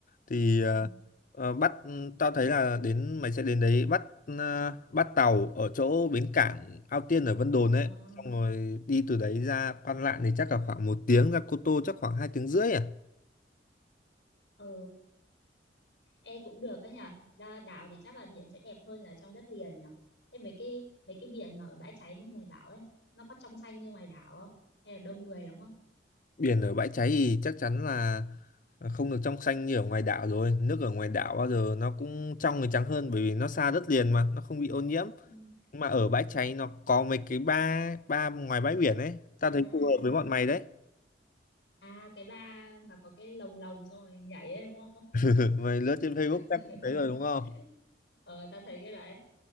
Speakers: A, on the left; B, on the left.
A: Thì ờ,
B: À,
A: ờ, bắt ừ, tao thấy là đến mày sẽ đến đấy bắt ờ, bắt tàu ở chỗ bến cảng Ao Tiên ở Vân Đồn
B: à,
A: ấy, xong rồi đi từ đấy ra Quan Lạn thì chắc là khoảng một tiếng, ra Cô Tô chắc khoảng hai tiếng rưỡi à.
B: ờ, ê cũng được đấy nhở. Ra đảo thì chắc là biển sẽ đẹp hơn là trong đất liền nhở. Thế mấy cái mấy cái biển mà ở bãi cháy như mày bảo ấy, nó có trong xanh như ngoài đảo không? Hay là đông người lắm không?
A: Biển ở bãi cháy thì chắc chắn là ờ, không được trong xanh như ở ngoài đảo rồi. Nước ở ngoài đảo bao giờ nó cũng trong thì trắng hơn bởi vì nó xa đất liền mà, nó không bị ô nhiễm.
B: Ừ.
A: Nhưng mà ở bãi cháy nó có mấy cái ba ba ngoài bãi biển ấy tao
B: à
A: thấy phù hợp với bọn mày đấy
B: à cái ba mà có cái lồng lồng xong rồi nhảy ấy đúng không
A: <laughs> mày lướt trên Facebook
B: <laughs>
A: chắc cũng thấy rồi đúng không
B: ờ tao thấy cái đấy